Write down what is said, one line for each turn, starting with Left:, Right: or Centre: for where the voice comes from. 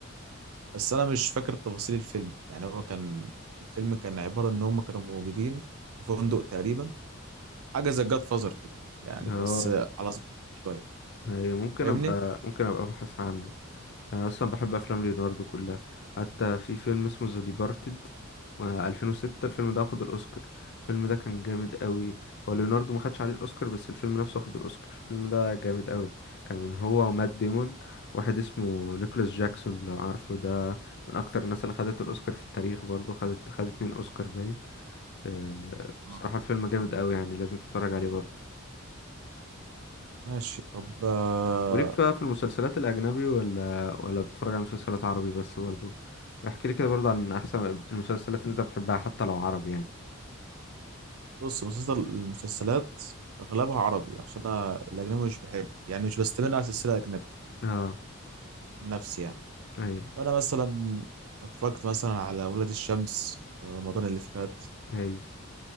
Right: بس انا مش فاكر تفاصيل الفيلم يعني هو كان الفيلم كان عباره ان هم كانوا موجودين في فندق تقريبا حاجه زي جاد فازر كده يعني
Left: اه
Right: بس على صغير شويه
Left: أيوة، ممكن
Right: فاهمني
Left: ابقى ممكن ابقى ابحث عنه انا اصلا بحب افلام ليوناردو كلها حتى في فيلم اسمه ذا ديبارتد 2006 الفيلم ده واخد الاوسكار الفيلم ده كان جامد قوي هو ليوناردو ما خدش عليه الاوسكار بس الفيلم نفسه واخد الاوسكار الفيلم ده جامد قوي كان هو ومات ديمون واحد اسمه نيكولاس جاكسون لو عارفه ده من اكتر الناس اللي خدت الاوسكار في التاريخ برضه خدت خد اتنين اوسكار باين آه،
Right: اه
Left: بصراحة الفيلم جامد قوي يعني لازم تتفرج عليه برضه
Right: ماشي طب آه،
Left: وليك بقى في المسلسلات الأجنبي ولا ولا بتتفرج على مسلسلات عربي بس برضو احكي لي كده برضو عن أحسن المسلسلات اللي أنت بتحبها حتى لو عربي يعني
Right: بص مسلسل المسلسلات اغلبها عربي عشان انا الاجنبي مش بحب يعني مش بستمر على سلسله اجنبي
Left: اه
Right: نفسي يعني
Left: أيوه
Right: فانا مثلا اتفرجت مثلا على ولاد الشمس في رمضان اللي فات
Left: أيوه